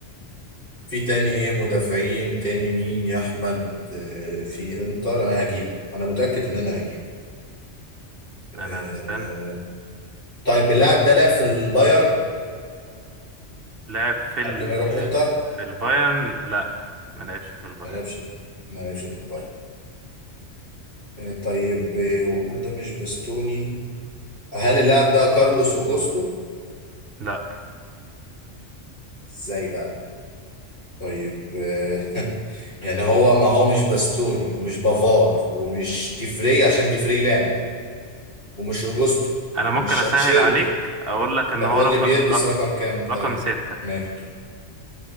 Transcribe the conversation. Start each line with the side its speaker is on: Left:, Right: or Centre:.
Left: في تاني ايه مدافعين تاني مين يا احمد إيه في انتر انا هجيب انا متأكد ان انا هجيب إيه
Right: انا مستني
Left: طيب اللاعب ده لعب في البايرن
Right: لعب في ال
Left: قبل ما يروح انتر
Right: في البايرن لا ما لعبش في البايرن
Left: ما لعبش في ما لعبش في البايرن آه، طيب آه، وقلنا ده مش بستوني هل اللاعب ده كارلوس اوجوستو
Right: لا
Left: ازاي بقى طيب آه، يعني هو ما هو مش باستوني ومش بافار ومش ديفري عشان ديفري لاعب ومش اوجوستو
Right: انا
Left: ومش
Right: ممكن اسهل
Left: اتشيربي
Right: عليك اقول لك ان
Left: طب
Right: هو
Left: قول
Right: رقم
Left: لي بيلبس رقم كام طيب
Right: رقم ستة
Left: ماشي